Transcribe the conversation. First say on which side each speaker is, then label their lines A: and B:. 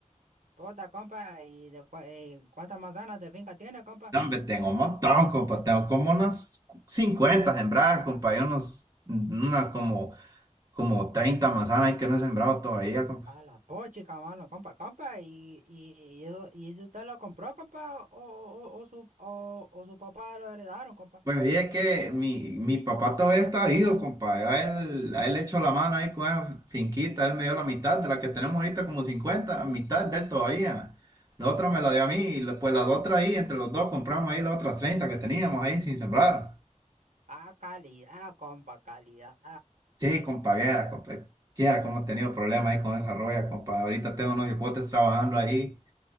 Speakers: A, on the right; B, on the right.
A: Puta, compa. ¿Y de cua- eh, cuántas manzanas de finca tiene, compa?
B: No, hombre, tengo un montón, compa, tengo como unas 50 sembradas, compa, y unos, unas como, como 30 manzanas ahí que no he sembrado todavía, compa.
A: A la pochica, mano, compa, compa. ¿Y, y, y eso, y eso usted lo compró, compa? ¿O, o, o su, o, o su papá lo heredaron, compa?
B: Pues oye, que mi, mi papá todavía está vivo, compadre. A él, a él le echó la mano ahí con esa finquita, él me dio la mitad de la que tenemos ahorita, como 50, mitad de él todavía. La otra me la dio a mí, y la- pues las otras ahí, entre los dos compramos ahí las otras treinta que teníamos ahí sin sembrar.
A: Ah, calidad, compa, calidad.
B: Sí, compadre, viera, compadre, quiera cómo he tenido problemas ahí con esa roya, compadre. Ahorita tengo unos hipotes trabajando ahí